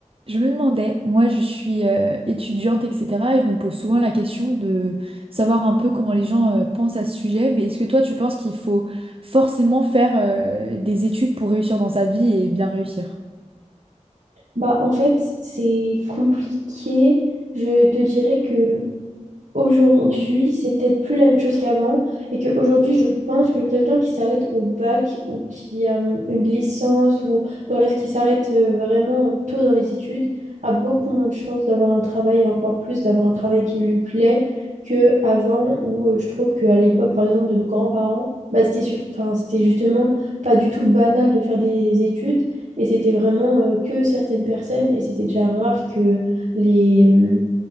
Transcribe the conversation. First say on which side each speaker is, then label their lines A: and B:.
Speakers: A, on the right; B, on the right.
A: Je me demandais, moi je suis euh, étudiante, etc. Et je me pose souvent la question de savoir un peu comment les gens euh, pensent à ce sujet. Mais est-ce que toi tu penses qu'il faut forcément faire euh, des études pour réussir dans sa vie et bien réussir?
B: Bah, en fait, c'est compliqué. Je te dirais que aujourd'hui, c'est peut-être plus la même chose qu'avant et qu'aujourd'hui, je pense que quelqu'un qui s'arrête au bac ou qui a hum, une licence ou bref, qui s'arrête euh, vraiment tôt dans les études, a beaucoup moins de chances d'avoir un travail et encore plus d'avoir un travail qui lui plaît que avant où euh, je trouve qu'à l'époque, par exemple, de nos grands-parents, bah, c'était sur... enfin, c'était justement pas du tout banal de faire des études et c'était vraiment euh, que certaines personnes et c'était déjà rare que les hum,